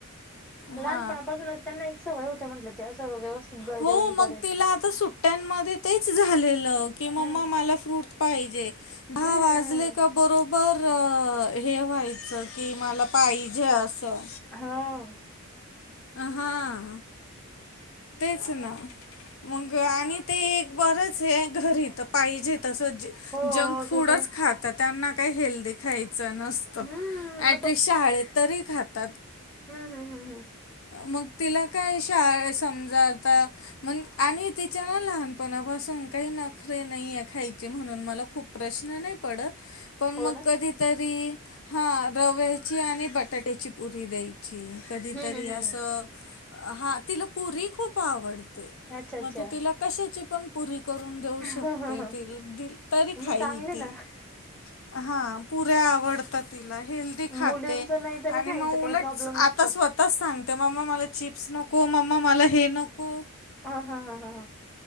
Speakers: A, in the centre; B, on the left (about 65°).
A: लहपणापासूनच
B: हां
A: त्यांना एक सवय होते. म्हटलं ते असं व्यवस्थित ब
B: हो,
A: जेवण
B: मग
A: करायची.
B: तिला आता सुट्ट्यांमध्ये तेच झालेलं. की मम्मा
A: हं,
B: मला फ्रुट पाहिजे. दहा
A: हं.
B: वाजले का बरोबर? तर हे व्हायचं की मला पाहिजे असं.
A: ह.
B: हा. तेच ना मग आणि ते एक बरंच हे घरीत पाहिजे तस
A: हो, हो,
B: जंक फूडच
A: ते तर आहे.
B: खात त्यांना काही हेल्दी खायचं नसत
A: हं,
B: अटलिस्ट शाळेत तरी खातात.
A: हम्म हम्म हम् हम्.
B: मग तिला काय शाळा समजाता मण आणि तिच्या ना लहानपणापासून काही नखरे नाही आहे खायचे, म्हणून मला खूप प्रश्न नाही पडत. पण
A: हो
B: मग
A: ना?
B: कधीतरी हा रव्याची आणि बटाट्याची पुरी द्यायची.
A: हं,
B: तरी
A: हं, हं,
B: असं
A: हं.
B: हा तिला पुरी खूप आवडते.
A: अच्छा, अच्छा.
B: मग तू तिला कशाची पण पुरी करून देऊ शकते
A: हं, हं, हं.
B: तरी खाईल
A: मग चांगले
B: ती.
A: ना.
B: हा पुऱ्या आवडतात तील. हेल्दी खाते
A: मुलींचं नाही तरी
B: आणि
A: खायचं
B: मग
A: काही
B: उलट
A: प्रॉब्लेम
B: आता
A: नसतो.
B: स्वतः सांगते मम्मा मला चिप्स नको मम्मा मला हे नको.
A: हा ह ह ह